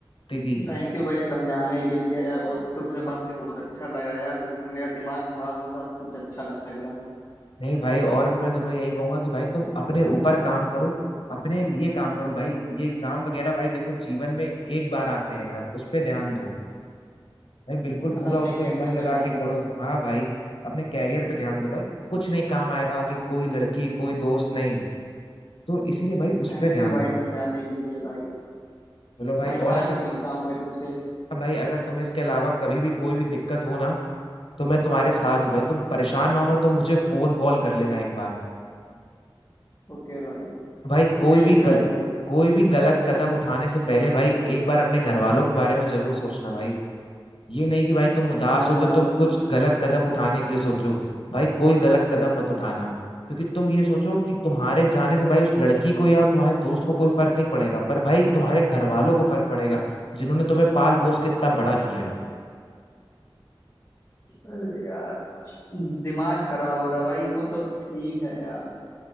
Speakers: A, on the left; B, on the left.
A: थी
B: थैंक यू भाई समझाने के लिए यार बहुत तुमसे बात करके बहुत अच्छा लगा यार मेरा दिमाग खराब हो था अब कुछ अच्छा लग रहा है
A: नहीं भाई और भी मैं तुम्हें यही कहूंगा कि भाई तुम अपने ऊपर काम करो अपने लिए काम करो भाई ये एग्जाम वगैरह भाई देखो जीवन में एक बार आते हैं यार उस पे ध्यान दो भाई बिल्कुल
B: मतलब
A: पूरा
B: अपने
A: उस पे
B: करियर
A: मन
B: पे
A: लगा
B: ध्यान
A: के
B: दूंगा
A: करो हाँ भाई अपने कैरियर पे ध्यान दो भाई कुछ नहीं काम आएगा आगे कोई लड़की कोई दोस्त नहीं तो इसीलिए भाई उस
B: थैंक
A: पे ध्यान
B: यू भाई
A: दो
B: समझाने के लिए भाई
A: चलो भाई
B: भाई
A: और
B: शाम
A: अगर
B: को मिलता हूँ मैं तुमसे
A: हाँ भाई अगर तुम्हें इसके अलावा कभी भी कोई भी दिक्कत हो ना तो मैं तुम्हारे साथ हूँ भाई तुम परेशान ना होना तो मुझे फोन कॉल कर लेना एक बार
B: ओके भाई
A: भाई कोई
B: थैंक
A: भी गल
B: यू भाई
A: कोई भी गलत कदम उठाने से पहले भाई एक बार अपने घर वालों के बारे में जरूर सोचना भाई ये नहीं कि भाई तुम
B: हम्म
A: उदास
B: समझ
A: हो तो
B: रहा
A: तुम
B: हूँ
A: कुछ गलत कदम उठाने के लिए सोचो भाई कोई गलत कदम मत उठाना क्योंकि तुम ये सोचो कि तुम्हारे जाने से भाई उस लड़की को या तुम्हारे दोस्त को कोई फर्क नहीं पड़ेगा पर भाई तुम्हारे घर वालों को फर्क पड़ेगा जिन्होंने तुम्हें पाल पोस के इतना बड़ा किया है
B: अरे यार दिमाग खराब हो रहा भाई वो तो ठीक है यार